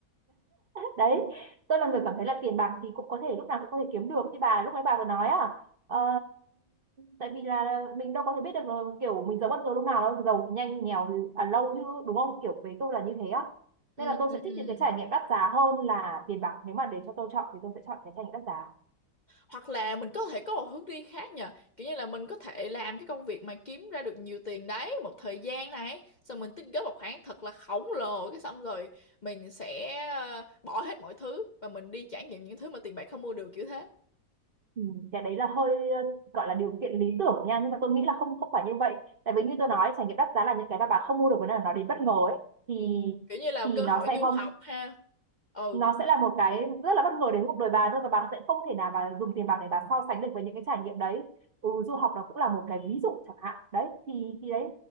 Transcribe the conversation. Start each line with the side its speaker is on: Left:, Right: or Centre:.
Right: đấy tôi là người cảm thấy là tiền bạc thì cũng có thể lúc nào cũng có thể kiếm được như bà lúc nãy bà vừa nói à Ờ, tại vì là mình đâu có thể biết được là kiểu mình giàu bất ngờ lúc nào đâu giàu thì nhanh nghèo thì à, lâu chứ đúng không kiểu với tôi là như thế á
Left: Ừm.
Right: nên là tôi sẽ thích những cái trải nghiệm đắt giá hơn là tiền bạc nếu mà để cho tôi chọn thì tôi sẽ chọn cái trải nghiệm đắt giá
Left: Hoặc là mình có thể có một hướng đi khác nhờ Kiểu như là mình có thể làm cái công việc mà kiếm ra được nhiều tiền đấy Một thời gian này Xong mình tích góp một khoản thật là khổng lồ Cái xong rồi mình sẽ ờ, bỏ hết mọi thứ Và mình đi trải nghiệm những thứ mà tiền bạc không mua được kiểu thế
Right: ừ, cái đấy là hơi ờ, gọi là điều kiện lý tưởng nha nhưng mà tôi nghĩ là không không phải như vậy tại vì như tôi nói trải nghiệm đắt giá là những cái mà bà không mua được với là nó đến bất ngờ ấy thì
Left: Kiểu như là
Right: thì
Left: cơ
Right: nó
Left: hội
Right: sẽ
Left: du
Right: không
Left: học ha Ừ
Right: nó sẽ là một cái rất là bất ngờ đến cuộc đời bà thôi và bà sẽ không thể nào mà dùng tiền bạc để bà so sánh được với những cái trải nghiệm đấy ừ, du học nó cũng là một cái ví dụ chẳng hạn đấy thì thì đấy